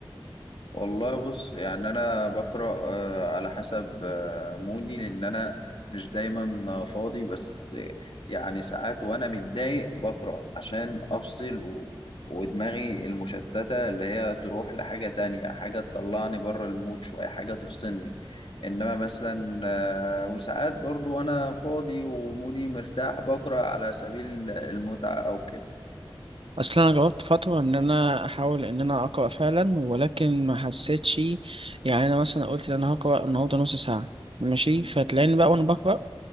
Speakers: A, on the left; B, on the right.
A: والله بص يعني انا بقرا آه، على حسب آه، مودي لان انا مش دايما آه، فاضي بس آه، يعني ساعات وانا متضايق بقرا عشان افصل و... ودماغي المشتته اللي هي تروح لحاجه تانية حاجه تطلعني بره المود شويه حاجه تفصلني انما مثلا آه، وساعات برضو وانا فاضي ومودي مرتاح بقرا على سبيل المتعه او كده
B: اصل انا جربت فتره ان انا احاول ان انا اقرا فعلا ولكن ما حسيتش يعني انا مثلا قلت ان انا هقرا النهارده نص ساعه ماشي فتلاقيني بقى وانا بقرا